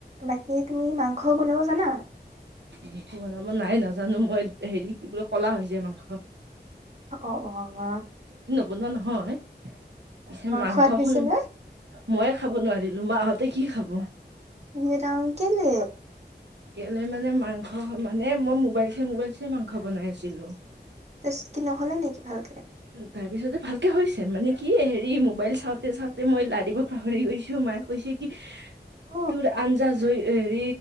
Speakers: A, on the right; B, on the right.
A: বাকী তুমি মাংস বনাব জানা।
B: মাংস বনাব নাই নাজানো মই, হেৰি কি বুলি ক'লা হৈ যায় মাংস।
A: অ'-অ' অহ।
B: বনোৱা নহয়। পিছে মাংস
A: সোৱাদ হৈছে
B: খন
A: নে
B: ময়ে খাব নোৱাৰিলো মাহঁতে কি খাব।
A: ই ৰাম কেলে
B: গেপ মানে মাংস মানে মই মোবাইল চাই, মোবাইল চাই মাংস বনাই আছিলো।
A: তাৰপিছত কি ন'হলে নেকি ভালকে?
B: তাৰ পিছতে ভালকে হৈছে মানে কি হেৰি মোবাইল চাওঁতে চাওঁতে মই লাই দিব পাহৰি গৈছো, মায়ে কৈছে কি
A: অ
B: তোৰ আঞ্জা জৈ হেৰি